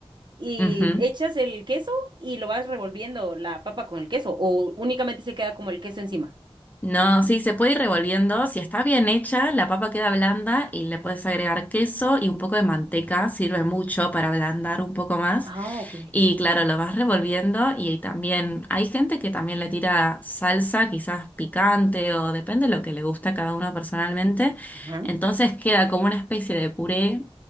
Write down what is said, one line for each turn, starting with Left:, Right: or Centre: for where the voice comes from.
Right: y
Left: Ujú.
Right: echas el queso y lo vas revolviendo la papa con el queso o únicamente se queda como el queso encima.
Left: No, sí, se puede ir revolviendo. Si está bien hecha, la papa queda blanda y le puedes agregar queso y un poco de manteca. Sirve mucho para ablandar un poco más.
Right: Ah, ok, ok.
Left: Y claro, lo vas revolviendo y también hay gente que también le tira salsa, quizás picante o depende de lo que le gusta a cada uno personalmente.
Right: Ajá.
Left: Entonces queda como una especie de puré